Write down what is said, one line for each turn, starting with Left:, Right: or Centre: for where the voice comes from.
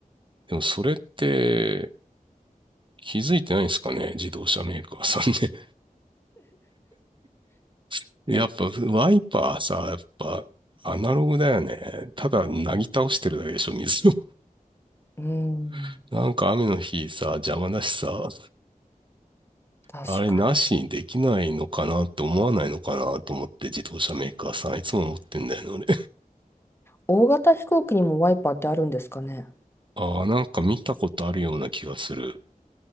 Right: でもそれって気づいてないんですかね、自動車メーカーさんね。<laughs> やっぱワイパーさ、
Left: えう
Right: やっぱアナログだよね。ただなぎ倒してるだけでしょ、水を。
Left: ーん
Right: <laughs> なんか雨の日さ、邪魔だしさ、
Left: 確かに
Right: あれなしにできないのかなって思わないのかなと思って自動車メーカーさんいつも思ってんだよね、
Left: 大型飛行機にもワイパーってあるんですかね
Right: 俺。<laughs> ああ、なんか見たことあるような気がする。